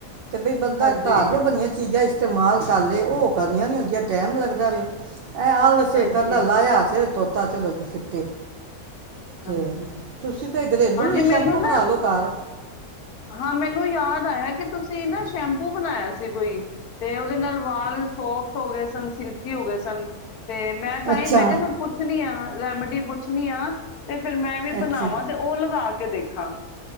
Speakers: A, on the right (about 60°); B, on the left (about 85°).
A: ਤੇ ਬਈ ਬੰਦਾ
B: ਹਾਂਜੀ-ਹਾਂਜੀ-ਹਾਂਜੀ,
A: ਘਰ ਦੀਆਂ ਬਣੀਆਂ ਇਸਤੇਮਾਲ ਕਰ ਲੇ ਉਹ ਕਰਨੀਆਂ ਨਹੀਂ ਹੁ ਦਿਆਂ ਟਾਈਮ ਲੱਗਦਾ ਵੇ ਐ ਆਲ ਸ
B: ਹਾਂਜੀ
A: ਕਲਾ ਲਾਇਆ ਸ ਤੋ <inaudible> ਤਾ ਚਲੋ ਜੀ ਛਿੱਤੇ ਤੇ
B: ਹਾਂਜੀ
A: ਤੁਸੀਂ ਫੇਿਰ ਘਰੇਲੂ
B: ਹਾਂਜੀ
A: ਸ਼ੈਂਪੂ
B: ਮੈਨੂੰ ਨਾ
A: ਬਣਾ ਲੋ ਘਰ
B: ਹਾਂ ਮੈਨੂੰ ਯਾਦ ਆਇਆ ਕਿ ਤੁਸੀਂ ਨਾ ਸ਼ੈਂਪੂ ਬਣਾਇਆ ਸੀ, ਕੋਈ ਤੇ ਉਹਦੇ ਨਾਲ ਵਾਲ ਸੋਫਟ ਹੋ ਗਏ ਸਨ, ਸਿਲਕੀ ਹੋ ਗਏ ਸਨ। ਤੇ ਮੈਂ ਤਾਂਹੀ
A: ਅੱਛਾ
B: ਮੈਂ ਕਿਹਾ ਮੈਂ ਪੁੱਛਣੀ ਆ ਰੈਮਡੀ ਪੁੱਛ ਚੁਨੀਆਂ, ਤੇ ਫੇਿਰ ਮੈਂ ਵੀ
A: ਅੱਛਾ
B: ਬਣਾਵਾਂ ਤੇ ਉਹ ਲਗਾ ਕੇ ਕੇ ਦੇਖਾ,